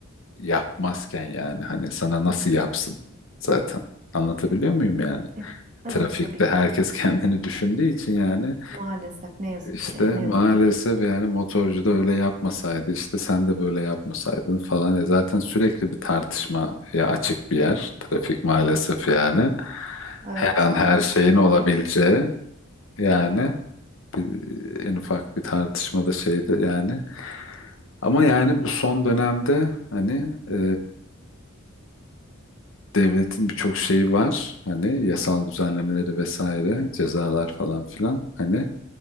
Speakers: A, on the left; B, on the right.
A: yapmazken yani hani sana nasıl yapsın zaten anlatabiliyor muyum yani?
B: E, evet
A: Trafikte
B: tabii
A: herkes
B: ki
A: <laughs> kendini düşündüğü için yani
B: maalesef ne yazık
A: işte
B: ki ne
A: maalesef
B: yazık ki.
A: yani motorcu da öyle yapmasaydı işte sen de böyle yapmasaydın falan. E zaten sürekli bir tartışmaya açık bir yer. Trafik maalesef yani.
B: Evet
A: Her an her
B: evet.
A: şeyin olabileceği yani bir- en ufak bir tartışmada şeydi yani. Ama yani bu son dönemde hani e, devletin birçok şeyi var. Hani yasal düzenlemeleri vesaire cezalar falan filan. Hani